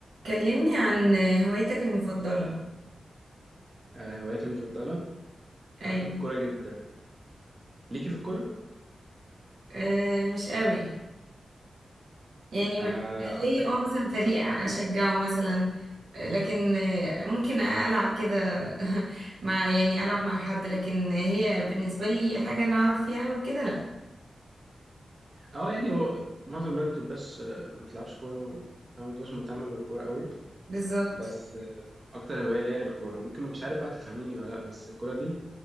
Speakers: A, on the right; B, on the right.
A: كلمني عن هوايتك المفضلة
B: آه، هواياتي المفضلة
A: أيوة
B: أنا بحب الكورة جدا ليكي في الكورة؟
A: أه مش قوي يعني
B: أنا
A: م- ليا
B: أكتر حاجة
A: اه مثلا
B: بحبها
A: فريق
B: الكورة
A: أشجعه مثلا آه، لكن آه، ممكن ألعب كده <laughs> مع يعني ألعب مع حد لكن هي بالنسبة لي حاجة أنا أعرف فيها أوي كده لأ
B: أه يعني هو معظم البنات مبتبقاش آه، ما بتلعبش كورة و- فما بتبقاش مهتمة بالكورة قوي
A: بالظبط
B: بس آه، أكتر هواية ليا الكورة ممكن مش عارف بقى تفهميني ولا لأ بس الكورة دي